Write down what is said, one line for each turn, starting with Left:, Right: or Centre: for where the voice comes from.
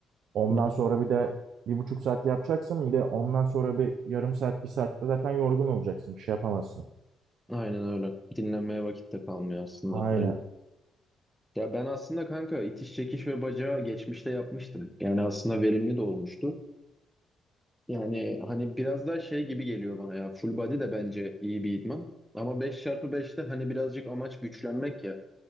Right: Ondan
Centre: Hı hı.
Right: sonra bir de bir buçuk saat yapacaksın bir de ondan sonra bir yarım saat bir saatte zaten yorgun olacaksın bir şey yapamazsın.
Centre: Aynen öyle. Dinlenmeye vakit de kalmıyor aslında.
Right: Aynen
Centre: Hayır. Ya ben aslında kanka itiş çekiş ve bacağı geçmişte yapmıştım. Yani aslında verimli de olmuştu. Yani hani biraz daha şey gibi geliyor bana ya. Full body de bence iyi bir idman. Ama 5x5'te hani birazcık amaç güçlenmek ya.